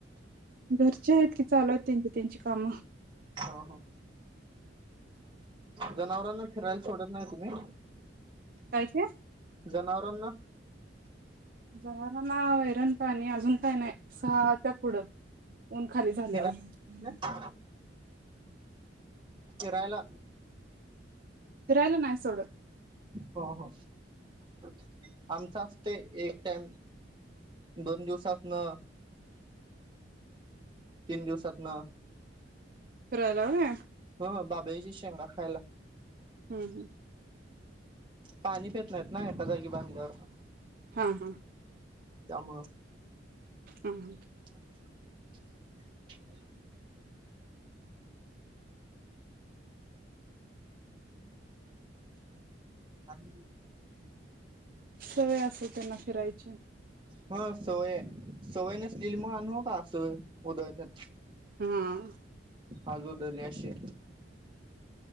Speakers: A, on the right; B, on the right.
A: घरची आहेत की चालू आहेत त्यांची त्यांची कामं
B: ह जनावरांना फिरायला सोडत नाय तुम्ही
A: काय ते
B: जनावरांना
A: जनावरांना वैरण पाणी अजून काय नाय सा थं पुढं ऊन खाली झाल्यावर
B: फिराय फिरायला
A: फिरायला नाही सोडत.
B: हं हं आमच असतय एक टाइम दोन दिवसातनं तीन दिवसातनं
A: फिरायला हो ना
B: अ बाभळीची शेंगा खायला
A: हम
B: पाणी पित नाहीत ना एका जागी बांधल्यावर
A: हा हा
B: त्यामुळं
A: हम
B: <inaudible> आणि
A: सवय असेल त्यांना फिरायची.
B: ह सवय सवय नसलेले मग आणू का असवय उदळत्यात
A: हां
B: हजोदले अशे